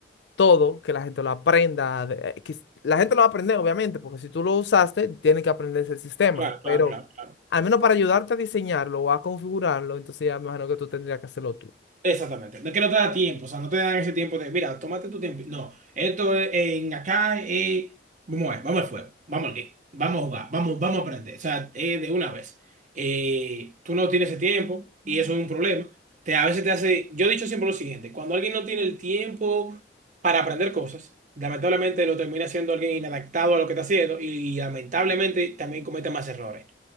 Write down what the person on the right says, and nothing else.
Claro, claro,
claro, claro.
Exactamente, no es que no te da tiempo, o sea, no te dan ese tiempo de, mira, tómate tu tiempo. No, esto es en acá, eh, vamos a ver, vamos al fuego, vamos al game, vamos a jugar, vamos, vamos a aprender, o sea, eh, de una vez. Eh, tú no tienes ese tiempo y eso es un problema. Te, a veces te hace, yo he dicho siempre lo siguiente, cuando alguien no tiene el tiempo para aprender cosas, lamentablemente lo termina siendo alguien inadaptado a lo que está haciendo y, lamentablemente también comete más errores.